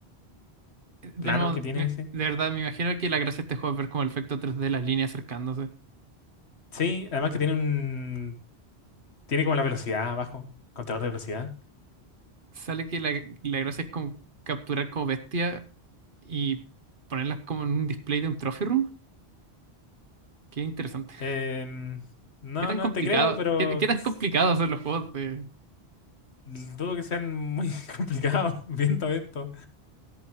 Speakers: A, on the right; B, on the left.
A: de
B: plano
A: nuevo,
B: que tiene
A: me-
B: ese.
A: de verdad, me imagino que la gracia de este juego es ver como el efecto tres d de las líneas acercándose.
B: Sí, además que tiene un... Tiene como la velocidad abajo, el contador de velocidad.
A: Sale que la, la gracia es como capturar como bestia y ponerlas como en un display de un trophy room. Qué interesante.
B: Em, no,
A: Qué tan
B: no
A: complicado,
B: te creo, pero
A: qué, qué tan
B: s-
A: complicado hacer los juegos de.
B: dudo que sean muy <laughs> complicados viendo esto.